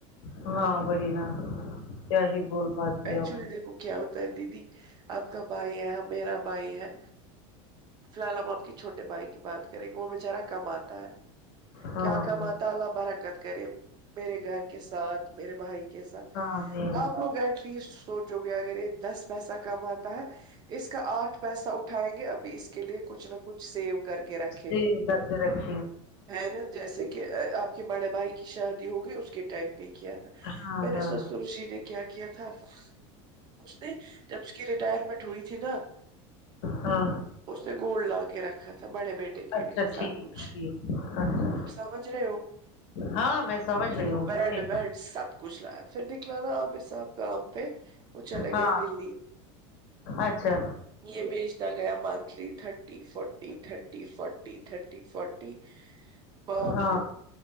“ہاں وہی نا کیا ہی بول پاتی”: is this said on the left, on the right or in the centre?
Left